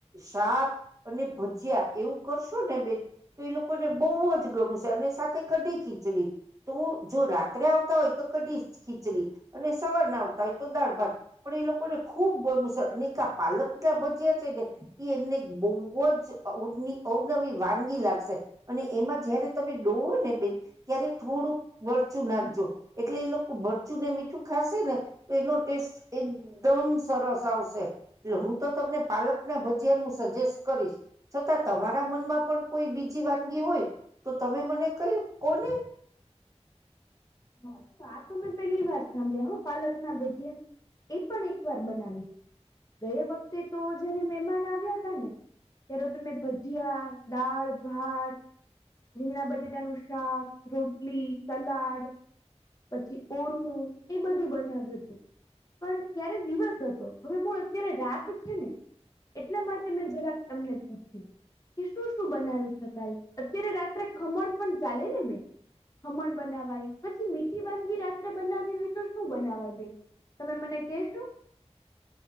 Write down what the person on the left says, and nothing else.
હા આ તો મેં પેલી વાર સાંભળ્યા હ પાલક ના ભજિયાં. એ પણ એક વાર બનાવી, ગયા વખતે તો જયારે મહેમાન આવ્યા હતા ને. હેડો તમે ભજિયાં, દાળ ભાત. રીંગણા બટેટાં નું શાક રોટલી સલાડ. પછી ઓરમું એ બધું બનાવ્યું તું. પણ ત્યારે દિવસ હતો હવે મૂળ અત્યારે રાત છે ને. એટલાં માટે મેં જરાક તમને પૂછયું. કે શું શું બનાવી શકાય અત્યારે રાત્રે ખમણ પણ ચાલે ને બેન? ખમણ બનાવાય પછી મીઠી વાનગી રાત્રે બનાવી હોય તો શું બનાવાય બેન? તમે મને કહેશો?